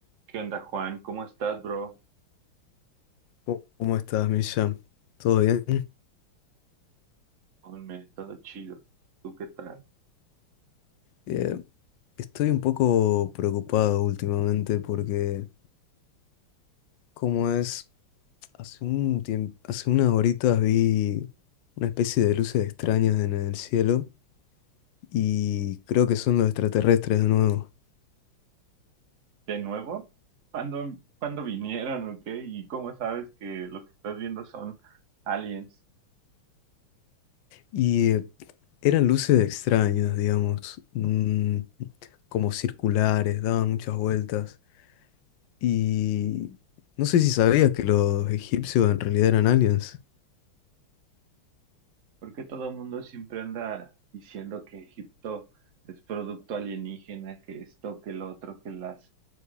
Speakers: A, on the right (about 45°); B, on the left (about 70°).
A: ¿Qué onda, Juan? ¿Cómo estás, bro?
B: Oh, ¿Cómo estás, Misha? ¿Todo bien?
A: Hombre, todo chido. ¿Tú qué tal?
B: Eh, estoy un poco preocupado últimamente porque, como es, hace un tiemp- hace unas horitas vi una especie de luces extrañas en el cielo y creo que son los extraterrestres de nuevo.
A: ¿De nuevo? ¿Cuándo, cuándo vinieron o qué? ¿Y cómo sabes que lo que estás viendo son aliens?
B: Y eh, eran luces extrañas, digamos, mm, como circulares, daban muchas vueltas. Y no sé si sabías que los egipcios en realidad eran aliens,
A: ¿Por qué todo el mundo siempre anda diciendo que Egipto es producto alienígena, que esto, que lo otro, que las,